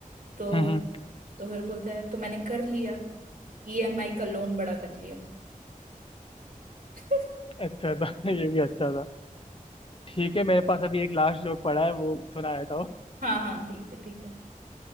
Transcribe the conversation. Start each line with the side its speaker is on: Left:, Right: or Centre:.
Right: तो
Left: हम्म,
Right: तो फिर बोलता है तो मैंने कर लिया ईएमआई का लोन बड़ा कर लिया <laughs>
Left: अच्छा था <laughs> ये भी अच्छा था ठीक है मेरे पास अभी एक लास्ट जोक पड़ा है वो सुना देता हूँ
Right: हाँ हाँ ठीक है ठीक है